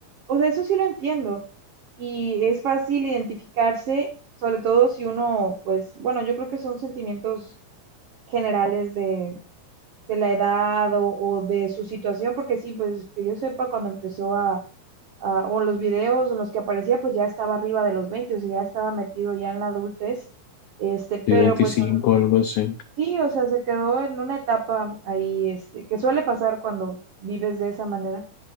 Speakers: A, on the right (about 80°); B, on the left (about 85°).
A: o sea, eso sí lo entiendo. Y es fácil identificarse, sobre todo si uno, pues, bueno, yo creo que son sentimientos generales de, de la edad o, o de su situación, porque sí, pues que yo sepa, cuando empezó a, a- o en los videos en los que aparecía, pues ya estaba arriba de los 20 o sea, ya estaba metido ya en la adultez, este,
B: Y
A: pero
B: 25
A: pues son,
B: algo así.
A: sí, o sea, se quedó en una etapa ahí, este, que suele pasar cuando vives de esa manera,